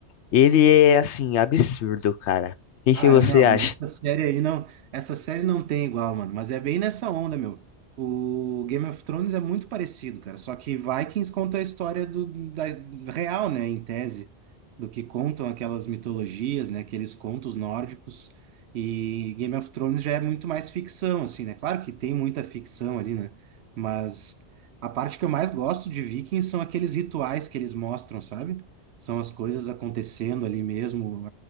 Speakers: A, on the left; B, on the right.
A: Ele é, assim, absurdo, cara. O
B: Cara,
A: que que você
B: não,
A: acha?
B: mas essa série aí não, essa série não tem igual, mano, mas é bem nessa onda, meu. O Game of Thrones é muito parecido, cara, só que Vikings conta a história do, da real, né, em tese, do que contam aquelas mitologias, né, aqueles contos nórdicos, e Game of Thrones já é muito mais ficção, assim, né? Claro que tem muita ficção ali, né? Mas a parte que eu mais gosto de Vikings são aqueles rituais que eles mostram, sabe? São as coisas acontecendo ali mesmo,